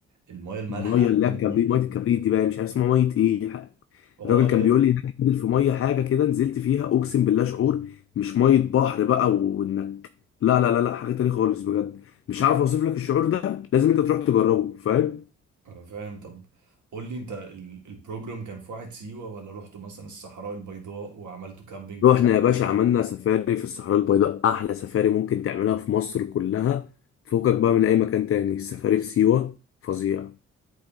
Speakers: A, on the right (about 60°); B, on the left (about 45°).
A: المايه المالحة
B: المية
A: قوي
B: اللي هي الكبريت
A: دي
B: مية الكبريت دي بقى مش عارف اسمها مية ايه
A: اه
B: الراجل
A: اللي
B: كان
A: هي
B: بيقول لي انك تنزل في ميه حاجه كده نزلت فيها اقسم بالله شعور مش ميه بحر بقى وانك لا لا لا لا حاجه تانية خالص بجد مش عارف اوصف لك الشعور ده لازم انت تروح تجربه فاهم
A: انا فاهم طب قول لي انت ال- البروجرام كان في واحد سيوة ولا رحتوا مثلا الصحراء البيضاء وعملتوا كامبينج
B: رحنا
A: في الصحراء
B: يا باشا عملنا سفاري في الصحراء البيضاء احلى سفاري ممكن تعملها في مصر كلها فوقك بقى من اي مكان تاني السفاري في سيوه فظيع